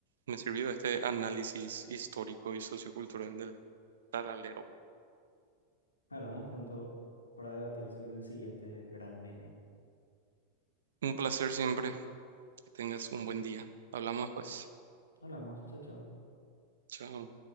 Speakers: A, on the right; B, on the left.
A: me sirvió este análisis histórico y sociocultural del tralalero.
B: Hablamos pronto para debatir sobre el siguiente gran meme.
A: Un placer siempre. Que tengas un buen día. Hablamos pues.
B: Hablamos, chao, chao.
A: Chao.